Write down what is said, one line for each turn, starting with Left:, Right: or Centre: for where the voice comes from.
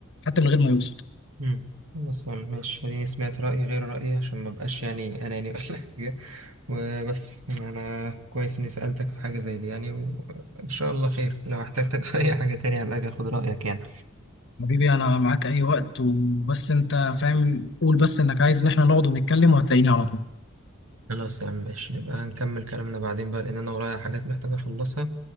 Left: حتى من غير ما يقصد
Right: امم خلاص يا عم، ماشي اديني سمعت رايي غير رايي عشان ما بقاش يعني اناني ولا حاجه وبس انا كويس اني سألتك في حاجة زي دي يعني وان شاء الله خير لو احتجتك في اي حاجة تانية هبقى اجي اخد رأيك يعني
Left: حبيبي انا معاك اي وقت وبس انت فاهم قول بس انك عايز ان احنا نقعد ونتكلم وهتلاقيني على طول
Right: خلاص يا عم ماشي نبقى هنكمل كلامنا بعدين بقى لان انا ورايا حاجات محتاج اخلصها